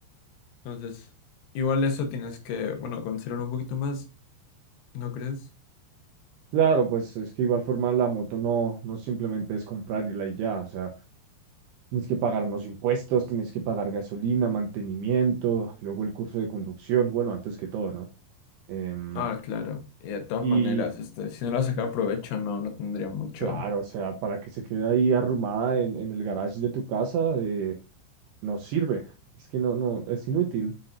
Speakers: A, on the left; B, on the right.
A: Entonces, igual eso tienes que, bueno, considerarlo un poquito más, ¿no crees?
B: Claro, pues es que igual forma la moto no, no simplemente es comprarla y ya, o sea, tienes que pagar unos impuestos, tienes que pagar gasolina, mantenimiento, luego el curso de conducción, bueno, antes que todo, ¿no? Em,
A: Ah, claro. Y de todas
B: y,
A: maneras, este, si no lo sacar provecho, no, no tendría mucho.
B: Claro, o sea, para que se quede ahí arrumada en, en el garage de tu casa, eh, no sirve. Es que no, no, es inútil.